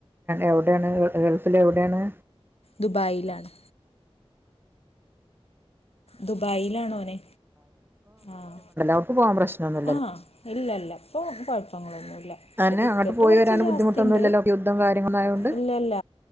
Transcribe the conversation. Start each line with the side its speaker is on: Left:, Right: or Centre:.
Right: എവ്ടേണ് ഗൾഫില് എവിടേണ്?
Left: ദുബൈയിലാണ് ദുബായിലാണ് ഓന് ആഹ
Right: ഓർക്ക് പോവാൻ പ്രശ്നന്നു
Left: ആ ഇല്ല ഇല്ല ഇപ്പം കുഴപ്പങ്ങളൊന്നുമില്ല
Right: തന്നെ
Left: ടിക്കറ്റ്
Right: അങ്ങോട്ട് പോയി
Left: കുറച്ച്
Right: വരാൻ
Left: ജാസ്തി
Right: ബുദ്ധിമുട്ടൊന്നുമില്ലല്ലോ
Left: ഉണ്ട്
Right: യുദ്ധം കാര്യങ്ങളായോണ്ട്
Left: ഇല്ലല്ല